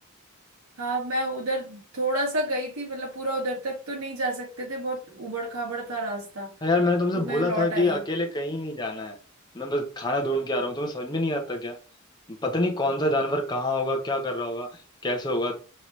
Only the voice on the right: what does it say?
हाँ मैं उधर थोड़ा सा गई थी मतलब पूरा उधर तक तो नहीं जा सकते थे बहुत उबड़ खाबड़ था रास्ता
तो मैं
लौट
आई